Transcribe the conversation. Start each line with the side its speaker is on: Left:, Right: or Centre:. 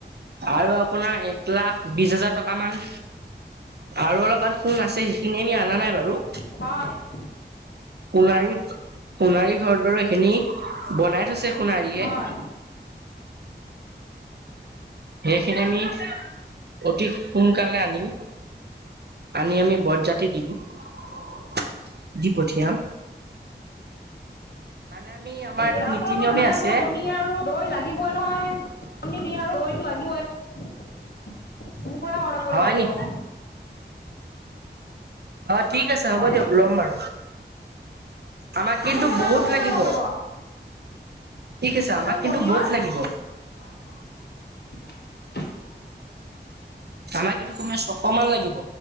Right: আৰু আপোনাৰ এক লাখ বিশ হাজাৰ টকামান! আৰু অলপমান সোণ আছে, সেইখিনি আমি অনা নাই বাৰু!
Left: <unintelligible>
Right: সোণাৰীত, সোণাৰীৰ ঘৰত বাৰু এইখিনি বনাই থৈছে সোণাৰীয়ে!
Left: হয়
Right: সেইখিনি আমি অতি সোনকালে আনিম। আনি আমি বৰযাত্ৰী <unintelligible> দি পঠিয়াম। মানে আমি, আমাৰ
Left: এই
Right: এইটো
Left: আপোনালোকৰ
Right: নীতি-নিয়মে
Left: বিয়াত
Right: আছে।
Left: ধৰক কণী আৰু দৈ লাগিবই নহয়! <unintelligible> আৰু দৈ লাগিবই। মোৰ পৰা
Right: হয়
Left: ল'ব পাৰিব।
Right: নেকি অ ঠিক আছে হ'ব
Left: হয়
Right: দিয়ক
Left: হয়
Right: লম বাৰু। আমাক কিন্তু
Left: আপুনি অৰ্ডাৰটো
Right: বহুত
Left: মোৰ
Right: লাগিব
Left: পৰাই পাব।
Right: ঠিক আছে আমাক কিন্তু
Left: পনীৰৰ
Right: বহুত লাগিব।
Left: <unintelligible>
Right: আমাক কিন্তু তোমাৰ ছশ মান লাগিব।